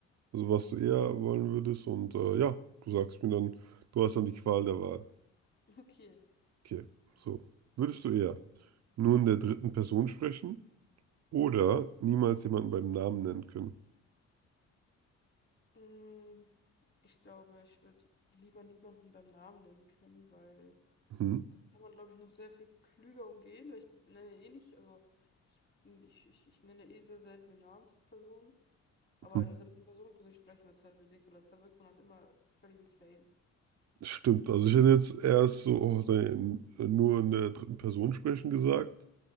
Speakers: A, on the right (about 60°); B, on the left (about 35°).
A: Also, was du eher wollen würdest. Und äh, ja, du sagst mir dann, du hast dann die Qual der Wahl.
B: <laughs> Okay.
A: Okay, so. Würdest du eher nur in der dritten Person sprechen oder niemals jemanden beim Namen nennen können?
B: Mm, ich glaube, ich würde lieber niemanden beim Namen nennen können, weil
A: Mhm.
B: das kann man, glaube ich, noch sehr viel klüger umgehen, weil ich nenne eh nicht, also ich, ich, ich, ich nenne eh sehr selten den Namen von Personen, aber
A: mhm.
B: in der dritten Person für sich sprechen, das ist halt ridiculous. Da wirkt man halt immer völlig insane.
A: Stimmt, also ich hätte jetzt erst so, oh, nein, nur in der dritten Person sprechen gesagt.